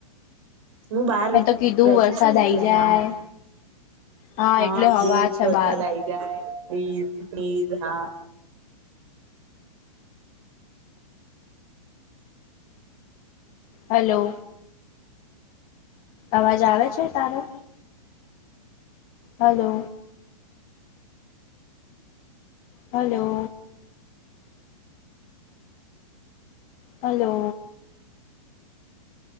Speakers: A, on the right; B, on the left.
A: હું બહાર
B: મેં તો કીધું
A: બેઠી
B: વરસાદ
A: છું ને એટલે
B: આઈ જાય
A: હા માં
B: હા
A: હાડી
B: એટલે હવા છે
A: વરસાદ
B: બાર
A: આઈ જાય પ્લીઝ પ્લીઝ હા
B: હેલો અવાજ આવે છે તારો? હેલો હલો હલો